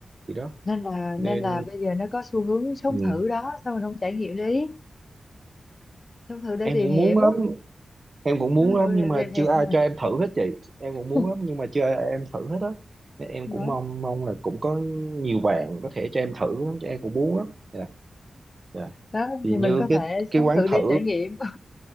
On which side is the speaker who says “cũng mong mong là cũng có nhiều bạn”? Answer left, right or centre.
Right